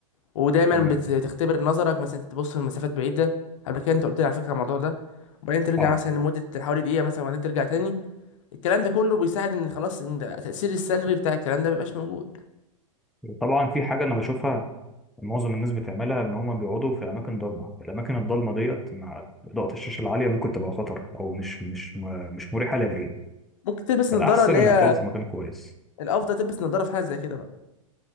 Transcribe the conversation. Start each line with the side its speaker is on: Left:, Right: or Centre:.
Left: ودايما
Centre: تمام
Left: بتختبر نظرك مثلا تبص لمسافات بعيده قبل كده انت قلت لي على فكره الموضوع ده وبعدين ترجع
Centre: اه
Left: مثلا لمده حوالي دقيقه مثلا وبعدين ترجع تاني الكلام ده كله بيساعد ان خلاص ان التاثير السلبي بتاع الكلام ده مبيبقاش موجود
Centre: وطبعا في حاجه انا بشوفها معظم الناس بتعملها ان هم بيقعدوا في اماكن ضلمه الاماكن الضلمه ديت مع اضاءه الشاشه العاليه ممكن تبقى خطر او مش مش مش مريحه للعين
Left: ممكن تلبس
Centre: فالاحسن
Left: نظارة اللي
Centre: انك
Left: هي
Centre: تقعد في مكان كويس
Left: الأفضل تلبس نظارة في حاجة زي كده بقى